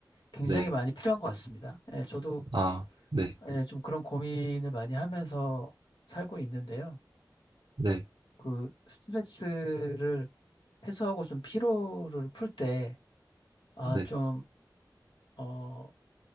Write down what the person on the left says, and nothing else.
굉장히
많이 필요한 것 같습니다. 예, 저도
예, 좀 그런 고민을 많이 하면서 살고 있는데요.
그 스트레스를 해소하고 좀 피로를 풀 때, 아,
좀, 어,